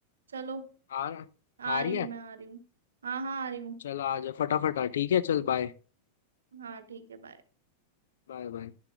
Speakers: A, on the right; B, on the left.
A: चलो
B: आ रहा
A: आ
B: आ रही
A: रही हूँ
B: है
A: मैं आ रही हूँ हाँ हाँ आ रही हूँ
B: चल आ जा फटाफट आ ठीक है चल बाय
A: हाँ ठीक है बाय
B: बाय बाय